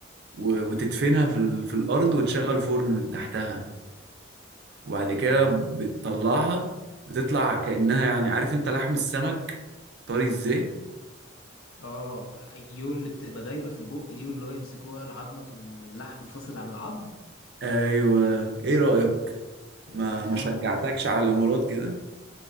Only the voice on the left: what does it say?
اه ايول اللي بتبقى دايبة في البق دي واللي هو يمسكوها العظمة تقوم اللحم فاصل عن العظم
ياه